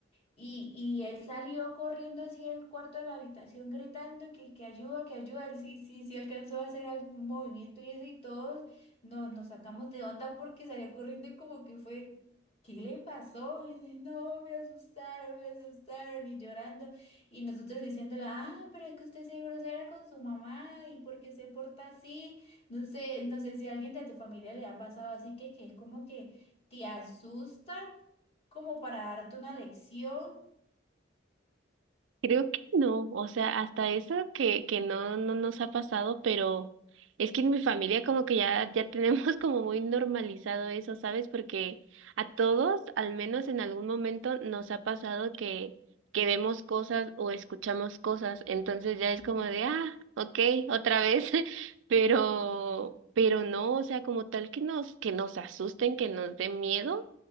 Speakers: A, on the left; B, on the right.
A: y, y él salió corriendo así del cuarto de la habitación gritando que, que ayuda, que ayuda. Él sí, sí, sí alcanzó a hacer algún movimiento y eso y todos nos, nos sacamos de onda porque salió corriendo y como que fue, ¿qué le pasó? Y dice, no, me asustaron, me asustaron y llorando. Y nosotros diciéndole, ah, pero es que usted se grosera con su mamá y porque se porta así. No sé, no sé si a alguien de tu familia le ha pasado así que, que es como que te asusta como para darte una lección.
B: Creo que no, o sea, hasta eso que, que no, no nos ha pasado, pero es que en mi familia como que ya, ya tenemos <laughs> como muy normalizado eso, ¿sabes? Porque a todos, al menos en algún momento, nos ha pasado que, que vemos cosas o escuchamos cosas, entonces ya es como de, ah, ok, otra vez, <laughs> pero, pero no, o sea, como tal que nos, que nos asusten, que nos den miedo.